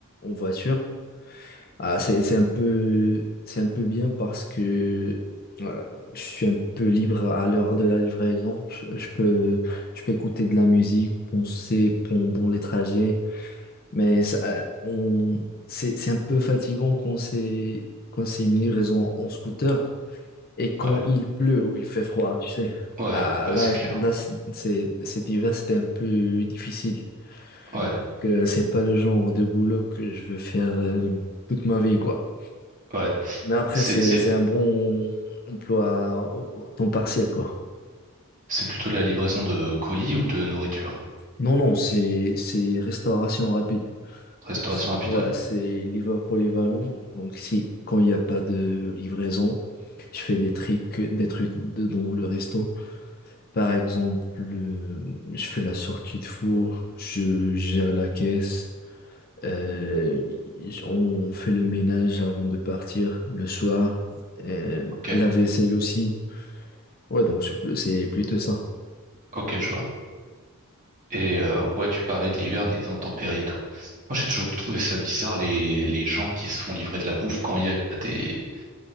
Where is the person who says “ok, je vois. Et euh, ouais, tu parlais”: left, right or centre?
Right